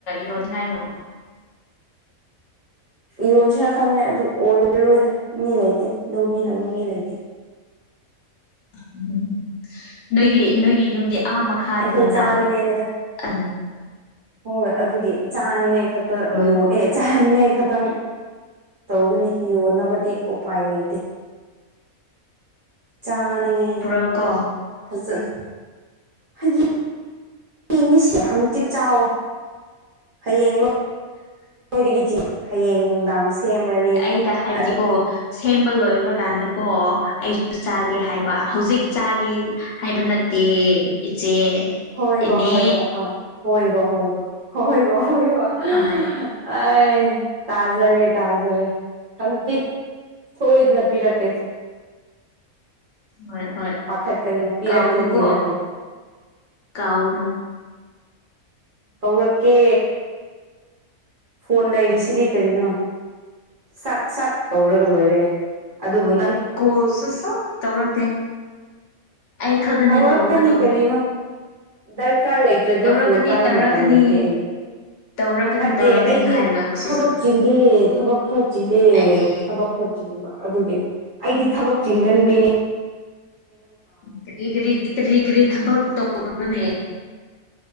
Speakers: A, on the left; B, on the right.
A: ꯌꯣꯟꯅꯤꯡꯉꯥꯏꯗꯣ
B: ꯌꯣꯟꯁꯤꯔ ꯈꯟꯕꯅꯦ ꯑꯗꯨ ꯑꯣꯏꯔꯔꯣꯏꯗ ꯃꯤ ꯂꯩꯇꯦ ꯂꯧꯕꯤꯅꯕ ꯃꯤ ꯂꯩꯇꯦ
A: ꯎꯝ ꯅꯣꯏꯒꯤ ꯅꯣꯏꯒꯤ ꯌꯨꯝꯗꯤ ꯑꯥ ꯃꯈꯥꯗꯅꯤꯅ
B: ꯑꯩꯈꯣꯏ ꯆꯥꯅꯤꯡꯉꯥꯏꯅꯤꯗ
A: ꯑꯗꯨ
B: ꯍꯣꯏ ꯑꯗꯨꯒꯤ ꯆꯥꯅꯤꯉꯥꯏ ꯈꯛꯇ
A: ꯍꯣꯏ
B: ꯌꯣꯛ ꯑꯦ ꯆꯥꯅꯤꯡꯉꯥꯏ ꯈꯛꯇꯪ ꯇꯧꯒꯅꯤ ꯌꯣꯟꯅꯕꯗꯤ ꯎꯄꯥꯏ ꯂꯩꯇꯦ ꯆꯥꯅꯤꯡꯉꯥꯏ
A: ꯄꯨꯔꯛꯎꯀꯣ
B: ꯐꯖꯅ ꯍꯩꯌꯦ ꯃꯤꯁ ꯍꯪꯆꯤꯛ ꯆꯥꯎ ꯍꯌꯦꯡ ꯃꯣꯏꯗꯒꯤ ꯆ ꯍꯌꯦꯡ ꯅꯨꯡꯗꯥꯡ ꯁꯦꯝꯔꯅꯤ
A: ꯗ ꯍꯥꯏꯕꯗꯤꯀꯣ
B: ꯑꯗꯨꯒ
A: ꯁꯦꯝꯕ ꯂꯣꯏꯕ꯭ꯔ ꯀꯥꯟꯗ ꯀꯣ ꯑꯩꯁꯨ ꯆꯥꯒꯦ ꯍꯥꯏꯕ ꯕ ꯍꯧꯖꯤꯛ ꯆꯥꯒ ꯍꯥꯏꯕ ꯅꯠꯇꯦ ꯏꯆꯦ
B: ꯍꯣꯢꯕ
A: ꯏꯅꯦ
B: ꯍꯣꯢꯕ ꯍꯣꯢ ꯍꯣꯢꯕ ꯍꯣꯢꯕ ꯍꯣꯢꯕ ꯍꯣꯢꯕ
A: ꯍꯣꯏ
B: ꯑ ꯇꯥꯖꯔꯦ ꯇꯥꯖꯔꯦ ꯍꯪꯒꯤ ꯁꯣꯢꯗꯅ ꯄꯤꯔꯛ ꯀꯦꯁꯦ
A: ꯍꯣꯏ ꯍꯣꯏ
B: ꯄꯥꯈꯠꯀꯅꯨ ꯄꯤꯔꯛꯀꯦ
A: ꯀꯥꯎꯒꯅꯨꯀꯣ
B: ꯄꯤꯔꯛꯀꯦ
A: ꯀꯥꯎꯒꯅꯨ
B: ꯍꯧꯔꯛꯀꯦ ꯐꯣꯟ ꯂꯩꯔꯤꯁꯤꯗꯤ ꯀꯔꯤꯅꯣ ꯁꯛ ꯁꯛ ꯀꯧꯔꯒ ꯂꯣꯏꯔꯦ ꯑꯗꯨꯕꯨ ꯅꯪ
A: ꯀꯣꯜꯁꯨ ꯁꯞ ꯇꯧꯔꯛꯇꯦ ꯑꯩ ꯈꯛꯇꯅꯦ
B: ꯇꯧꯔꯛꯀꯅꯤ
A: ꯇꯧꯔꯛꯄꯗꯣ
B: ꯀꯔꯤꯅꯣ ꯗꯔꯀꯥꯔ ꯂꯩꯇ꯭ꯔꯗꯤ
A: ꯇꯧꯔꯛꯀꯅꯤ
B: ꯐꯣꯟ ꯄꯥꯏꯕ
A: ꯇꯧꯔꯛꯀꯅꯤ
B: ꯃꯇꯝ ꯂꯩꯇꯦ ꯑꯩꯗꯤ
A: ꯇꯧꯔꯛꯀꯅꯤ
B: ꯅꯠꯇꯦ
A: ꯇꯧꯔꯛꯀꯅꯤ
B: ꯑꯩꯗꯤ
A: ꯍꯥꯏꯔꯒ ꯁꯨꯡꯇꯧ
B: ꯊꯕꯛ ꯆꯤꯜꯂꯦ ꯊꯕꯛ ꯈꯔ ꯆꯤꯜꯂꯦ
A: ꯑꯦꯍꯦ
B: ꯊꯕꯛ ꯈꯔ ꯕ ꯑꯗꯨꯒꯤꯅꯤ ꯑꯩꯗꯤ ꯊꯕꯛ ꯆꯤꯟꯒꯟꯕꯤꯅꯤ
A: ꯀꯔꯤ ꯀꯔꯤ ꯀꯔꯤ ꯀꯔꯤ ꯊꯕꯛ ꯇꯧꯕ꯭ꯔꯣꯅꯦ